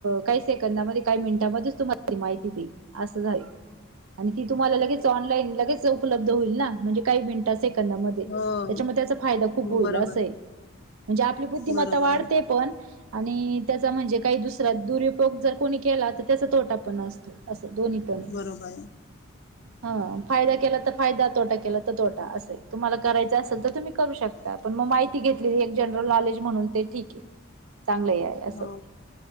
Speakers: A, on the right (about 85°); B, on the left (about 50°).
A: काही सेकंदामध्ये काही मिनिटामध्येच तुम्हाला माहिती देईल असं आहे आणि ती तुम्हाला लगेच ऑनलाईन लगेच उपलब्ध होईल ना म्हणजे काही मिनटात से कंदा मधे,
B: हो
A: त्याच्याम त्याचा फायदा खूप होईल
B: बरोबर
A: असय म्हणजे आपली बुद्धिमत्ता
B: बरोबर
A: वाढते
B: आहे
A: पण आणि त्याचा म्हणजे काही दुसरा दुरुउपयोग जर कोणी केला, तर त्याचा तोटा पण असतो असं दोन्ही पण
B: बरोबर आहे
A: हा फायदा केला त फायदा, तोटा केला तर तोटा, असय तुम्हाला करायच असेल त तुम्ही करू शकता पण म माहिती घेतलेली जनरल नॉलेज म्हणून ते ठीक हे. चांगलं हे ए आय आहे असं,
B: हो